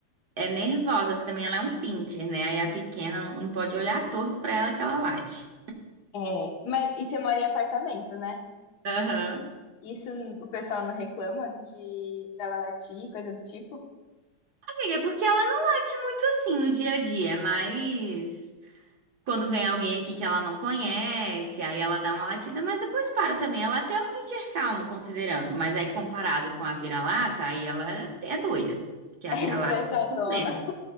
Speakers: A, on the right; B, on the left.
A: é nervosa, porque também ela é um pincher, né? Aí a pequena não não pode olhar torto pra ela que ela late.
B: É, mas e você mora em apartamento, né?
A: Aham.
B: Isso o pessoal não reclama de dela latir, coisa do tipo? <laughs>
A: Amiga, é porque ela não late muito assim no dia a dia, mas quando vem alguém aqui que ela não conhece, aí ela dá uma latida, mas depois para também. Ela até é um pincher calmo, considerando, mas aí comparado com a vira-lata, aí ela é doida, porque a
B: É
A: vira-lata
B: estressadona.
A: é muito plena.